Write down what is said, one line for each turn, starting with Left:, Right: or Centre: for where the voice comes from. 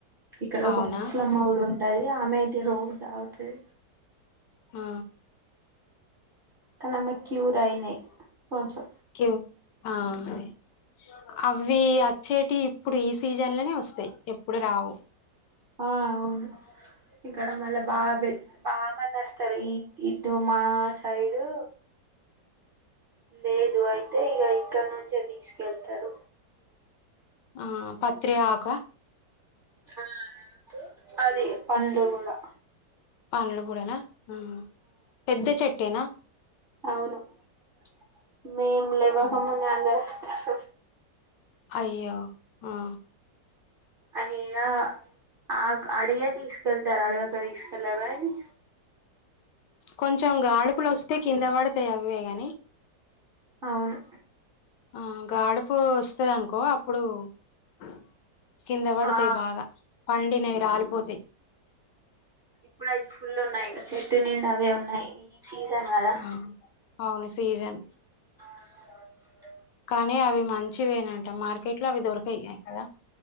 Right: ఇక్కడ
Left: అవునా
Right: ఒక ముస్లమ్మ కూడా ఉంటది ఆమె అయితే రోజు తాగుతది
Left: ఆ
Right: కని ఆమెకి క్యూర్ అయినయి కొంచం
Left: క్యూ ఆ అదే అవి అచ్చేటి ఇప్పుడు ఈ సీజన్ లోనే వస్తాయి ఎప్పుడు రావు
Right: ఆ అవును ఇక్కడ మళ్ళా బాగాబేద్ బా మందిస్తారు. ఈ ఇటు మా సైడు లేదు అయితే ఇగ ఇక్కడ నుంచే తీసుకెళ్తారు.
Left: ఆ పత్రే ఆక
Right: ఆ అదే పది పండ్లు కూడా
Left: పండ్లు కూడానా ఆ పెద్ద చెట్ టేనా
Right: అవును ప్చ్ హ్ మేం లేవ్వకముందే
Left: ఉమ్.
Right: అందరు స్నా <inaudible>
Left: అయ్యో ఆ
Right: అయ్యా ఆక్ అడిగే తీసుకెళ్తారు. అడగక తీసుకెళ్లారు. అనీ
Left: కొంచెం గాడుపులు వస్తే కింద, పడతాయి అవే నీ
Right: అవును
Left: ఆ గాడుపు వస్తది. అనుకో అప్పుడు ప్చ్ కింద పడతాయి
Right: ఆ
Left: బాగా పండినవి రాలిపోతేయి.
Right: ఇప్పుడయితే ఫుల్ ఉన్నాయి. ఇంకా చెట్టు నిండి అవే ఉన్నాయి. సీజన్ కదా
Left: మ్మ్ హ్ అవును సీజన్
Right: <inaudible>
Left: కానీ అవి మంచివేనాంట, మార్కెట్ లో అవి దొరకయి. ఎం కదా